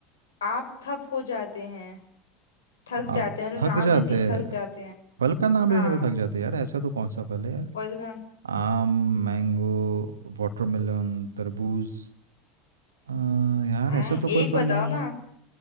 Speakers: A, on the left; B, on the right.
A: आप थप हो जाते हैं थक
B: आप
A: जाते हैं मतलब
B: थक
A: नाम
B: जाते
A: लेते ही
B: हैं।
A: थक जाते हैं
B: फल का नाम
A: हाँ
B: लेने पे थक जाते हैं यार ऐसा तो कौन सा फल है यार
A: फल का
B: आम मैंगो वाटरमेलन तरबूज आ, यार
A: हम्म,
B: ऐसा तो कोई
A: एक बताओ
B: फल है ही नहीं
A: ना
B: नहीं